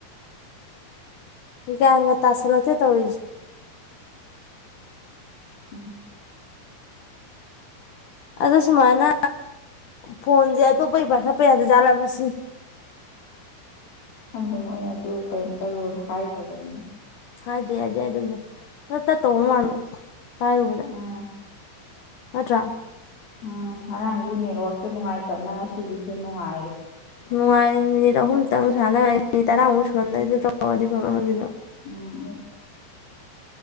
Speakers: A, on the left (about 65°); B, on the left (about 50°).
A: ꯒ꯭ꯌꯥꯟꯒ ꯇꯥꯁꯜꯂꯛꯇꯦ ꯇꯧꯔꯤꯁꯦ
B: ꯎꯝ
A: ꯑ ꯁꯨꯃꯥꯏꯅ ꯐꯣꯟꯁꯦ ꯑꯇꯣꯞꯄꯒꯤ ꯄꯥꯏꯈꯠꯄ ꯌꯥꯗꯖꯥꯠꯂꯝꯂꯁꯤꯅꯤ
B: ꯈꯪꯗꯦ ꯃꯣꯏꯅ ꯑꯗꯨ ꯀꯩꯝꯇ ꯔꯨꯜ ꯍꯥꯏ ꯠꯇꯕꯅꯤ
A: ꯍꯥꯏ ꯍꯥꯏ ꯍꯥꯏꯕꯨ ꯍꯠꯇ ꯇꯧ ꯃꯥ ꯄꯥꯔꯨꯕꯗ
B: ꯎꯝ
A: ꯑꯗꯨꯠꯇ꯭ꯔꯥ
B: ꯎꯝ ꯉꯔꯥꯡꯒꯤ ꯅꯦꯠꯋꯥꯛꯁꯨꯣ ꯅꯨꯡꯉꯥꯏꯇꯕꯅ ꯉꯁꯤꯗꯤꯁꯦ ꯅꯨꯡꯉꯥꯏꯔꯦ
A: ꯅꯨꯡꯉꯥꯏꯔꯦ ꯃꯤꯅꯤꯠ ꯑꯍꯨꯝꯇꯪ ꯁꯥꯟꯅꯉꯥꯏ ꯃꯤꯅꯤꯠ ꯇꯔꯥꯃꯨꯛ ꯁꯨꯔꯝꯗꯥꯏꯗ ꯇꯧꯔꯗꯤ ꯐꯕ ꯑꯗꯨꯁꯨ
B: ꯎꯝ